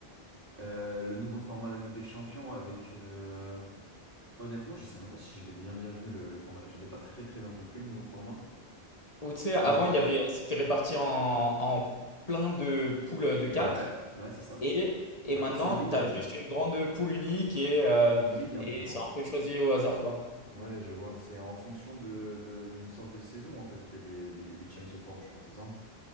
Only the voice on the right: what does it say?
Euh, le nouveau format de la Ligue des Champions avec. euh, Honnêtement, je sais même pas si je l'ai bien bien vu le, le format. Je l'ai pas très très bien compris le nouveau format.
C'est.
Ouais, ouais, c'est ça.
Maintenant,
c'est une ligue
un
peu.
C'est une ligue un
peu, non?
Ouais, je vois. C'est en fonction de, de- d'une sorte de saison, en fait, que les, les, les huitièmes se forment, je crois, c'est ça?